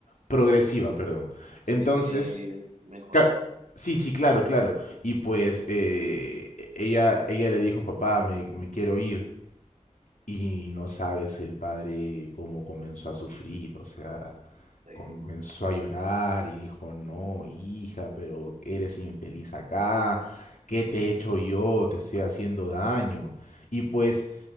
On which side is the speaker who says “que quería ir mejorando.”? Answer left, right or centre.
Right